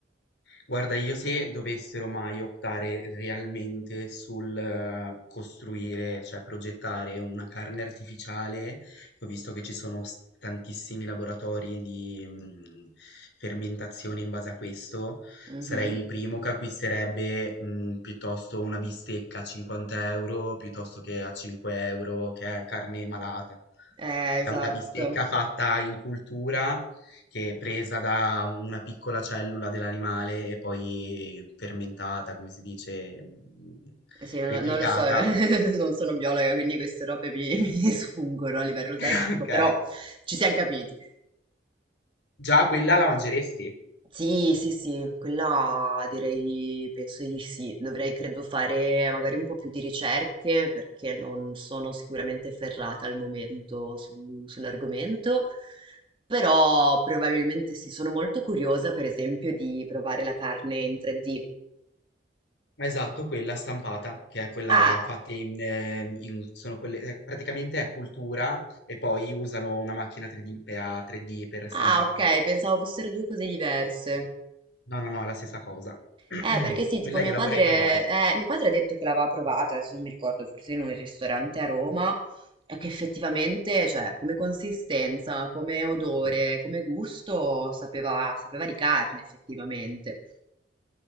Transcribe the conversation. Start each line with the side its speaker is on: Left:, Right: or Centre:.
Left: Guarda, io se dovessero mai optare realmente sul eh, costruire, cioè progettare una carne artificiale, che ho visto che ci sono s- tantissimi laboratori di mm, fermentazione in base a questo,
Right: Mhm.
Left: sarei il primo che acquisterebbe mm, piuttosto una bistecca a 50 euro piuttosto che a 5 euro che è carne malata.
Right: Eh,
Left: C'è
Right: esatto.
Left: una bistecca fatta in cultura che è presa da una piccola cellula dell'animale e poi fermentata, come si dice, mm,
Right: Sì, no-
Left: replicata.
Right: non lo so, <laughs>
Left: <coughs>
Right: non sono biologa, quindi queste robe mi, <laughs> mi sfungono a livello tecnico,
Left: <laughs> Ok.
Right: però ci siamo capiti.
Left: Già quella la mangeresti.
Right: Sì, sì, sì, quella direi di, penso di sì. Dovrei, credo, fare magari un po' più di ricerche perché non sono sicuramente ferrata al momento su- sull'argomento, però probabilmente sì, sono molto curiosa, per esempio, di provare la carne in 3D.
Left: Esatto, quella stampata, che è quella
Right: Ah,
Left: fatta in, eh, in- sono quelle, eh, praticamente è cultura e poi usano una macchina 3D, pe- a 3D per stamparla.
Right: ah, ok, pensavo fossero due cose diverse.
Left: No, no, no, è la stessa cosa. <coughs> <clears throat>
Right: Eh, perché sì, tipo
Left: Quella
Right: mio
Left: gliela
Right: padre,
Left: vorrei provare.
Right: eh, mio padre ha detto che l'aveva provata, adesso non mi ricordo, forse in un ristorante a Roma, e che effettivamente, cioè, come consistenza, come odore, come gusto, sapeva, sapeva di carne, effettivamente.